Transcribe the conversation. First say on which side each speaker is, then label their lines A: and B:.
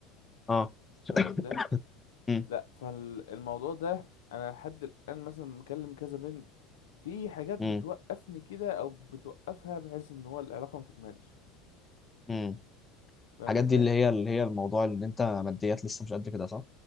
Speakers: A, on the left (about 15°); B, on the left (about 70°).
A: اه <laughs>
B: فاهم ازاي
A: مم.
B: لا فالموضوع ده انا لحد الان مثلا مكلم كذا بنت في حاجات بتوقفني
A: مم.
B: كده او بتوقفها بحيث ان هو العلاقه ما تكملش
A: مم.
B: فاهم
A: الحاجات
B: ازاي
A: دي اللي هي اللي هي الموضوع اللي انت ماديات لسه مش قد كده صح؟